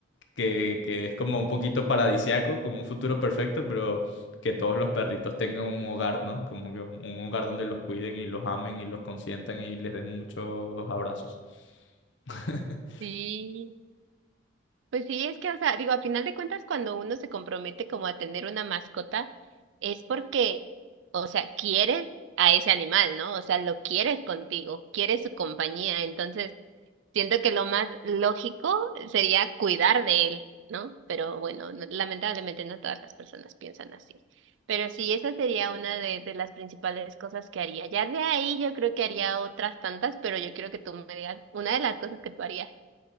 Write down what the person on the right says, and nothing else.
sí, pues sí, es que, o sea, digo, a final de cuentas, cuando uno se compromete como a tener una mascota, es porque, o sea, quieres a ese animal, ¿no? O sea, lo quieres contigo, quieres su compañía, entonces Siento que lo más lógico sería cuidar de él, ¿no? Pero bueno, no- lamentablemente no todas las personas piensan así. Pero sí, esa sería una de, de las principales cosas que haría. Ya de ahí yo creo que haría otras tantas, pero yo quiero que tú me digas una de las cosas que tú harías.